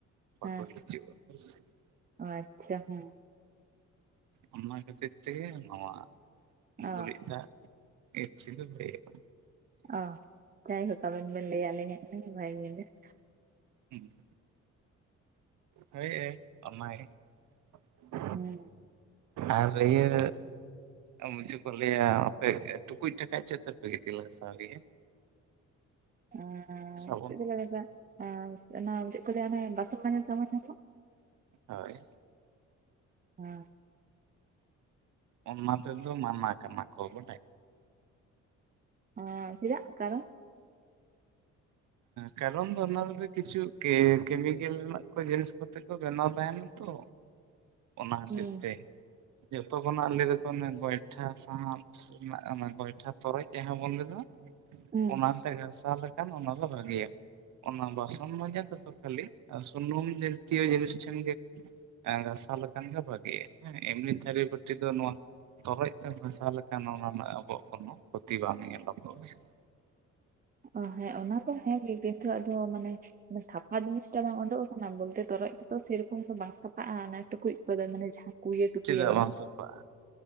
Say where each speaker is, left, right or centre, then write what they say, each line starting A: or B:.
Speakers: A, on the right; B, on the right.
A: ᱵᱟᱠᱚ
B: ᱦᱮᱸ
A: ᱦᱤᱡᱩᱜ-ᱟ ᱦᱳᱭ ᱥᱮ ᱾
B: ᱟᱪᱪᱷᱟ ᱦᱮᱸ᱾
A: ᱚᱱᱟ ᱠᱷᱟᱹᱛᱤᱨ ᱛᱮᱜᱮ ᱱᱚᱣᱟ
B: ᱚ
A: ᱜᱩᱨᱤᱡ ᱫᱟᱜ ᱤᱨᱪᱤ ᱫᱚ ᱦᱩᱭᱩᱜ-ᱟ᱾
B: ᱚ ᱡᱟᱭᱦᱳᱠ ᱟᱵᱤᱱ ᱵᱤᱱ ᱞᱟᱹᱭᱟᱜ ᱞᱤᱧᱟ ᱤᱱᱟᱹ ᱜᱮ ᱵᱷᱟᱜᱮ ᱡᱤᱱᱤᱥ ᱾
A: ᱦᱩᱸ ᱦᱩᱸ᱾ ᱦᱳᱭ ᱮ ᱚᱱᱟ ᱜᱮ ᱾
B: ᱦᱩᱸ᱾
A: ᱟᱨ ᱟᱹᱭᱟᱹᱼᱼ <unintelligible> ᱪᱮᱫ ᱠᱚ ᱞᱟᱹᱭᱟ, ᱟᱯᱮ ᱴᱩᱠᱩᱡ ᱴᱟᱠᱟᱡ ᱪᱮᱫ ᱛᱮᱯᱮ ᱜᱤᱛᱤᱞ ᱜᱟᱥᱟᱣ ᱜᱮᱭᱟ?
B: ᱮᱸᱻ
A: ᱥᱟᱵᱚᱱ
B: ᱪᱮᱫ ᱛᱮᱞᱮ ᱜᱟᱥᱟᱣᱟ ᱚᱱᱟ ᱪᱮᱫ ᱠᱚ ᱞᱟᱹᱭᱟ ᱚᱱᱮ ᱵᱟᱥᱚᱱ ᱢᱟᱡᱟ ᱥᱟᱵᱟᱱ ᱧᱟᱢᱚᱜ,
A: ᱦᱳᱭ᱾
B: ᱦᱮᱸ᱾
A: ᱚᱱᱟ ᱛᱮᱫ ᱫᱚ ᱢᱟᱱᱟ ᱠᱟᱱᱟ ᱠᱚ ᱵᱚᱴᱮ,
B: ᱚᱻ ᱪᱮᱫᱟᱜ ᱠᱟᱨᱚᱱ?
A: ᱠᱟᱨᱚᱱ ᱫᱚ ᱚᱱᱟ ᱨᱮ ᱫᱚ ᱠᱤᱪᱷᱩ ᱠᱮ ᱠᱮᱢᱤᱠᱮᱞ ᱨᱮᱱᱟᱜ ᱠᱚ ᱡᱤᱱᱤᱥ ᱠᱚᱛᱮ ᱠᱚ ᱵᱮᱱᱟᱣ ᱛᱟᱦᱮᱱᱟ ᱛᱚ, ᱚᱱᱟ ᱠᱷᱟᱹᱛᱤᱨ
B: ᱦᱩᱸ
A: ᱛᱮ, ᱡᱷᱚᱛᱚ ᱠᱷᱚᱱᱟᱜ ᱞᱟᱹᱭ ᱫᱟᱠᱚ ᱚᱱᱟ ᱜᱚᱭᱴᱷᱟ ᱥᱟᱦᱟᱱ ᱼᱼ ᱨᱮᱱᱟᱜ ᱚᱱᱟ ᱜᱚᱸᱭᱴᱷᱟ ᱛᱚᱨᱚᱡ ᱡᱟᱦᱟᱸ ᱵᱚᱱ ᱞᱮᱫᱟ,
B: ᱦᱩᱸ
A: ᱚᱱᱟᱛᱮ ᱜᱟᱥᱟᱣ ᱞᱮᱠᱷᱟᱱ ᱚᱱᱟ ᱼᱼ ᱫᱚ ᱵᱷᱟᱜᱮᱭᱟ। ᱚᱱᱟ ᱵᱟᱥᱚᱱ ᱢᱟᱡᱟ ᱛᱮᱫᱚ ᱠᱷᱟᱹᱞᱤ, ᱥᱩᱱᱩᱢ ᱡᱟᱛᱤᱭᱚ ᱡᱤᱱᱤᱥ ᱴᱷᱮᱱ ᱜᱮ ᱼᱼ ᱟᱻ ᱜᱟᱥᱟᱣ ᱞᱮᱠᱷᱟᱱ ᱜᱮ ᱵᱷᱟᱹᱜᱤᱜ-ᱟ, ᱦᱮᱸ ᱮᱢᱱᱤ ᱛᱷᱟᱹᱨᱤ ᱵᱟᱹᱴᱤ ᱫᱚ ᱱᱚᱣᱟ ᱼᱼ ᱛᱚᱨᱚᱡ ᱛᱮᱢ ᱜᱟᱥᱟᱣ ᱞᱮᱠᱷᱟᱱ, ᱚᱱᱟ ᱨᱮᱱᱟᱜ ᱟᱵᱚᱣᱟᱜ ᱠᱳᱱᱳ ᱠᱷᱚᱛᱤ ᱵᱟᱝ ᱧᱮᱞᱚᱜᱚᱜ-ᱟ, ᱵᱩᱡᱷᱟᱹᱣ᱾
B: ᱚ ᱦᱮᱸ ᱚᱱᱟ ᱠᱚ ᱦᱮᱸ ᱜᱮ, ᱱᱤᱛᱚᱜ ᱫᱚ ᱢᱟᱱᱮ ᱥᱟᱯᱷᱟ ᱡᱤᱱᱤᱥᱴᱟ ᱵᱟᱝ ᱩᱰᱩᱠ ᱼᱼ ᱚᱱᱟ ᱵᱚᱞᱛᱮ ᱛᱚᱨᱚᱡ ᱛᱮ ᱛᱚ ᱥᱮᱨᱚᱠᱚᱢ ᱫᱚ ᱵᱟᱝ ᱥᱟ ᱼᱼ ᱯᱷᱟᱜ-ᱟ ᱚᱱᱟ ᱴᱩᱠᱩᱡ ᱠᱚᱫᱚ, ᱢᱟᱱᱮ ᱡᱟᱦᱟᱸ ᱠᱩᱭᱟᱹ ᱴᱩᱠᱩᱡ
A: ᱪᱮᱫᱟᱜ
B: ᱟᱵᱟᱨ᱾
A: ᱵᱟᱝ ᱥᱟᱯᱷᱟᱜᱼᱟ